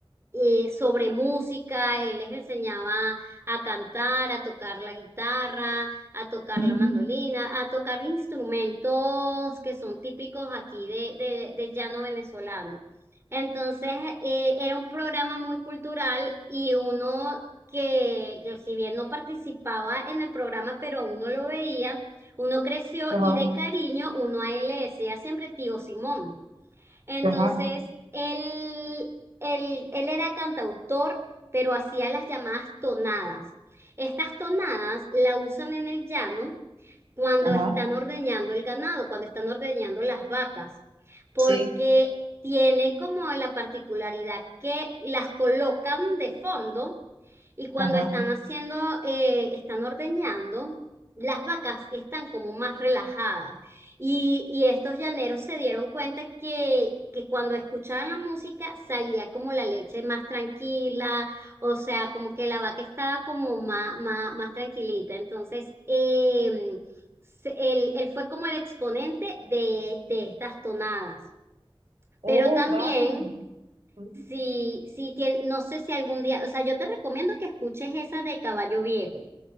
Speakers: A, on the right; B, on the right.
A: eh, sobre música, él les enseñaba a cantar, a tocar la guitarra, a tocar
B: Ujú.
A: la mandolina, a tocar instrumentos que son típicos aquí de, de- del llano venezolano. Entonces, eh, era un programa muy cultural y uno que, que si bien no participaba en el programa, pero uno lo veía, uno creció
B: ajá,
A: y de cariño uno a él le decía siempre tío Simón. Entonces,
B: ajá,
A: él, él, él era cantautor, pero hacía las llamadas tonadas. Estas tonadas la usan en el llano cuando
B: ajá,
A: están ordeñando el ganado, cuando están ordeñando las vacas, porque
B: Sí.
A: tienen como la particularidad que las colocan de fondo y cuando
B: ajá.
A: están haciendo, eh, están ordeñando, las vacas están como más relajadas. Y, y estos llaneros se dieron cuenta que, que cuando escuchaban la música salía como la leche más tranquila, o sea, como que la vaca estaba como más, más, más tranquilita. Entonces, em, se- él, él fue como el exponente de, de estas tonadas.
B: Oh,
A: Pero también,
B: vaya. ujú,
A: si, si tien- no sé si algún día, o sea, yo te recomiendo que escuches esa de Caballo Viejo.